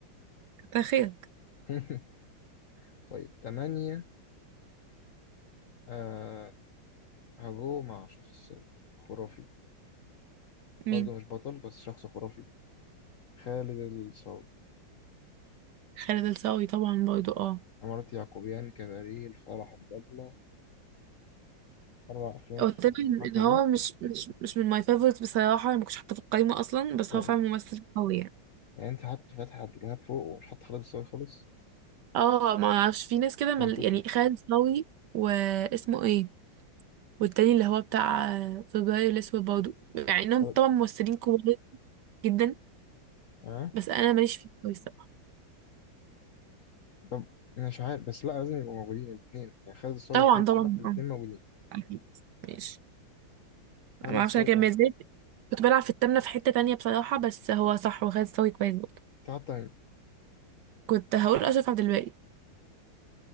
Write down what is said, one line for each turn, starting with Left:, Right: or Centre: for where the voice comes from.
Right: تخيل
Left: <laughs> طيب تمانية آه هجو مع شخص خرافي
Right: مين
Left: برضه مش بطل بس شخص خرافي خالد الصاوي
Right: خالد الصاوي طبعا برضو اه
Left: عمارة يعقوبيان كباريه الفرح البدلة أربع أفلام
Right: هو
Left: في
Right: تقريبا
Left: الفترة
Right: ان هو
Left: دي
Right: مش مش مش من ماي فيفورت بصراحه ما كنتش حاطه في القايمه اصلا بس
Left: يا
Right: هو فعلا
Left: إلهي
Right: ممثل قوي يعني
Left: يعني أنت حاطط فتحي عبد الوهاب فوق ومش حاطط خالد الصاوي خالص
Right: اه ما اعرفش في ناس كده مل...
Left: منطقي
Right: يعني خالد صاوي واسمه ايه والتاني اللي هو بتاع فبراير الاسود برضه يعني انهم
Left: خالد
Right: طبعا ممثلين كبار جدا
Left: أه
Right: بس انا ماليش فيه قوي الصراحه
Left: طب أنا مش عارف بس لأ لازم يبقوا موجودين الاتنين يعني خالد الصاوي
Right: طبعا
Left: وخالد
Right: طبعا
Left: صالح الاتنين
Right: اه
Left: موجودين
Right: اكيد ماشي
Left: خالد
Right: ما اعرفش
Left: الصاوي
Right: انا كان
Left: تمانية
Right: ازاي كنت بلعب في التامنة في حتة تانية بصراحة بس هو صح وخالد صاوي كويس برضه
Left: كنت حاطة مين؟
Right: كنت هقول أشرف عبد الباقي